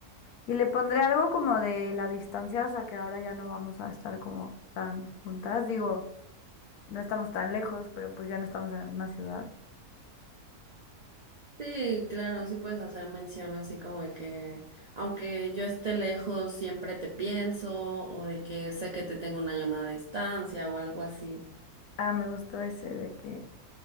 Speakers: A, on the left; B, on the right.
A: Y le pondré algo como de la distancia, o sea que ahora ya no vamos a estar como tan juntas. Digo, no estamos tan lejos, pero pues ya no estamos en la misma ciudad.
B: Sí, claro, sí puedes hacer mención así como de que aunque yo esté lejos, siempre te pienso o de que sé que te tengo una llamada a distancia o algo así.
A: Ah, me gustó ese de que